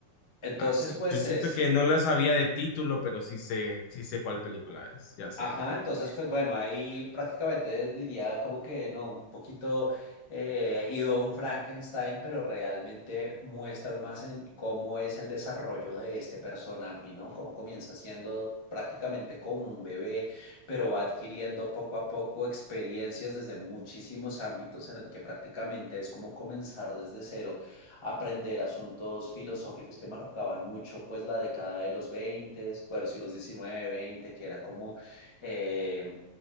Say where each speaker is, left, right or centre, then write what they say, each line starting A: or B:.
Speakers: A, on the left; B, on the left.
A: Entonces,
B: Así.
A: pues
B: Yo siento
A: es,
B: que no lo sabía de título, pero sí sé, sí sé cuál película es. Ya sé
A: Ajá,
B: cuál película
A: entonces
B: es.
A: pues bueno, ahí prácticamente diría como que no, un poquito eh, ido a un Frankenstein, pero realmente muestran más en cómo es el desarrollo de este personaje, ¿no? Cómo comienza siendo prácticamente como un bebé, pero va adquiriendo poco a poco experiencias desde muchísimos ámbitos en el que prácticamente es como comenzar desde cero, aprender asuntos filosóficos que marcaban mucho pues la década de los 20, bueno, sí, los 19, 20, que era como eh,